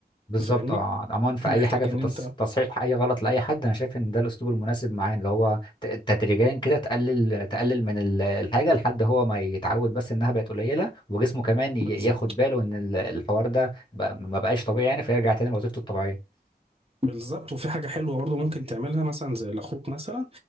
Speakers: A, on the left; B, on the right.
A: بالظبط
B: فاهمني
A: اه عموما في
B: محتاج
A: اي حاجه في
B: ان
A: التص-
B: انت
A: تصحيح اي غلط لاي حد انا شايف ان ده الاسلوب المناسب معاه اللي هو ت- تدريجيا كده تقلل تقلل من ال- الحاجه لحد هو ما يتعود بس انها بقت قليله وجسمه كمان ي-
B: بالظبط
A: ياخد باله ان ال- الحوار ده بقى- ما بقاش طبيعي يعني فيرجع تاني لوظيفته الطبيعيه
B: بالظبط وفي حاجة حلوة برضه ممكن تعملها مثلا زي لاخوك مثلا